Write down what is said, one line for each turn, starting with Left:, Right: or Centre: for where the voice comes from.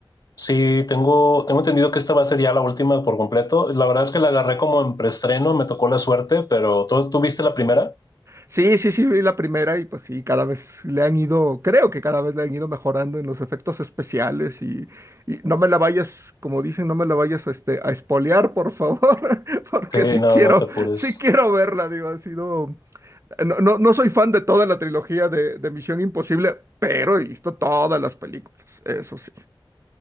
Left: Sí, tengo, tengo entendido que esta va a ser ya la última por completo. La verdad es que la agarré como en preestreno, me tocó la suerte, pero ¿tú, tú viste la primera?
Right: Sí, sí, sí, vi la primera y pues sí, cada vez le han ido, creo que cada vez le han ido mejorando en los efectos especiales y, y no me la vayas, como dicen, no me la vayas a, este, a espolear, por favor, <laughs> porque
Left: Sí,
Right: sí
Left: no,
Right: quiero,
Left: no te apures.
Right: sí quiero verla, digo, ha sido... No, no, no soy fan de toda la trilogía de, de Misión Imposible, pero he visto todas las películas, eso sí.